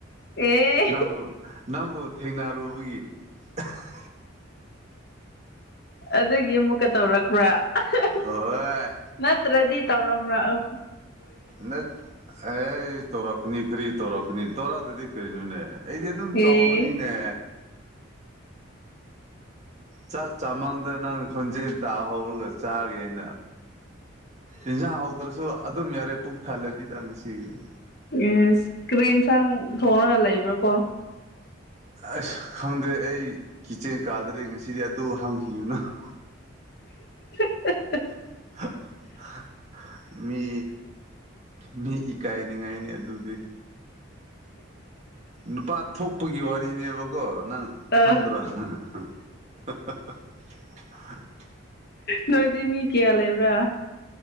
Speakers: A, on the left; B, on the right.
A: ꯑꯦ
B: ꯅꯪꯕꯨ ꯅꯪꯕꯨ ꯊꯦꯡꯅꯔꯨꯕꯒꯤ <unintelligible>
A: ꯑꯗꯨꯒꯤ ꯑꯃꯨꯛꯀ ꯇꯧꯔꯛꯄ꯭ꯔ <unintelligible>
B: ꯍꯣꯏ
A: ꯅꯠꯇ꯭ꯔꯗꯤ ꯇꯧꯔꯝ ꯔꯑꯣ
B: ꯅꯠ ꯑꯩ‌ ꯇꯧꯔꯛꯀꯅꯤ ꯀꯔꯤ ꯇꯧꯔꯛꯀꯅꯤ ꯇꯧꯔꯛꯇꯗꯤ ꯀꯩꯅꯣꯅꯦ ꯑꯩꯗꯤ ꯑꯗꯨꯝ ꯇꯧꯕꯅꯤꯅꯦ
A: ꯑꯦ
B: ꯆꯥꯛ ꯆꯥꯃꯥꯡꯗ ꯅꯪ ꯈꯣꯟꯖꯦꯜ ꯇꯥꯍꯧꯔꯒ ꯆꯥꯒꯦꯅ ꯏꯟꯖꯥꯡ ꯍꯥꯎꯇ꯭ꯔꯁꯨ ꯑꯗꯨꯝ ꯌꯥꯔꯦ ꯄꯨꯛ ꯊꯜꯂꯅꯤꯗ ꯉꯁꯤꯒꯤꯗꯤ
A: ꯏꯁ ꯀꯔꯤ ꯏꯟꯁꯥꯡ ꯊꯣꯡꯉꯒ ꯂꯩꯕ꯭ꯔꯀꯣ
B: ꯑꯁ ꯈꯪꯗꯦ ꯑꯩ ꯀꯤꯆꯦꯟ ꯀꯥꯗ꯭ꯔꯤ ꯉꯁꯤꯗꯤ ꯑꯗꯨ ꯍꯡꯈꯤꯒꯅꯨ <unintelligible> <unintelligible>
A: <unintelligible>
B: <unintelligible> ꯃꯤ ꯃꯤ ꯏꯀꯥꯏꯅꯤꯡꯉꯥꯏꯅꯦ ꯑꯗꯨꯗꯤ ꯅꯨꯄꯥ ꯊꯣꯛꯄꯒꯤ ꯋꯥꯔꯤꯅꯦꯕꯀꯣ ꯅꯪ ꯈꯪꯗ꯭ꯔꯣ
A: ꯑ
B: <unintelligible>
A: ꯅꯣꯏꯗꯤ ꯃꯤ ꯀꯌꯥ ꯂꯩꯕ꯭ꯔ